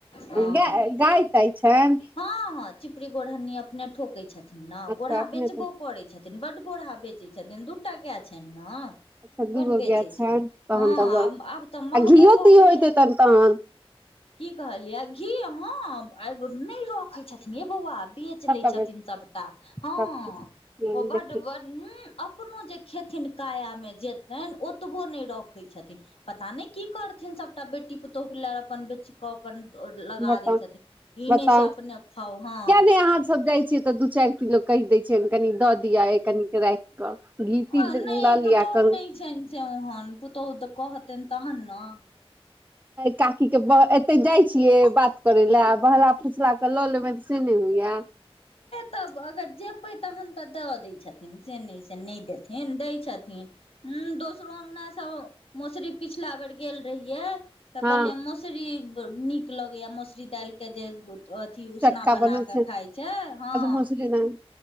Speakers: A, on the left; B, on the right.
A: हँ
B: गाय गाय ताय छनि
A: हँ हँ चिपरी गोरहन्नी अपने ठोकै छथिन न
B: अच्छा
A: गोड़हा
B: अपने
A: बेचबो
B: तऽ
A: करै छथिन बड्ड गोड़हा बेचै छथिन दु टा गै छनि न
B: अच्छा दूगो
A: बड्ड बेचै
B: गाय छनि
A: छै
B: तहन
A: हँ
B: तऽ बस
A: आब आब तऽ महंगो
B: आ घीओ
A: भऽ
B: तीओ
A: गेलै
B: होेतै
A: आब
B: तहन तहन
A: की कहलियै घी हँ नहि रखै छथिन यै बौआ बेच
B: सबटा
A: लै छथिन सबटा हँ
B: सब किछु
A: ओ बड्ड
B: देखियौ
A: बड्ड उंम्म अपनो जे खेथिन काया मे जेतैन ओतबो नै रखै छथिन पता नहि की करथिन सबटा बेटी पुतोहु लै अपन बेच कऽ अपन लगा
B: बताउ
A: दै छथिन ई
B: बताउ
A: नहि से अपने खाउ हँ
B: किया नहि अहाँ सब जाइ छियै तऽ दु चारि किलो कहि दैत छियैन कनि दऽ दिये कनिक राखि कऽ घी
A: नहि
B: ती लऽ
A: पुतहु
B: लिय करू
A: नहि छनि चौ <unintelligible> ओहन पुतहु तऽ कहतैन तहन ने
B: काकी के ब एते जाइ छियै बात करै ले आ बहला फुसला कऽ लऽ लेबैन से नहि होइये
A: तब अगर जेबै तहन तऽ दऽ दै छथिन से नहि से नहि देथिन दै छथिन। ह दोसरो अंगनासँ मसुरी पिछला बेर गेल रहियै तऽ
B: हँ
A: कहलियै मसुरी नीक लगैएा मसुररी दालिके जे अथी उसना
B: चटका
A: बना
B: बनल
A: कऽ। खाय छै हँ।
B: अच्छा मौसरी दाना